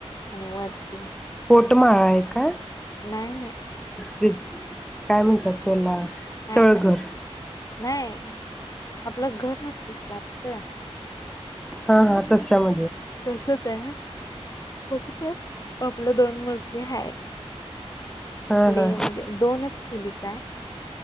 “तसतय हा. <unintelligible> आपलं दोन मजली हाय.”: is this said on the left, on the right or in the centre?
Left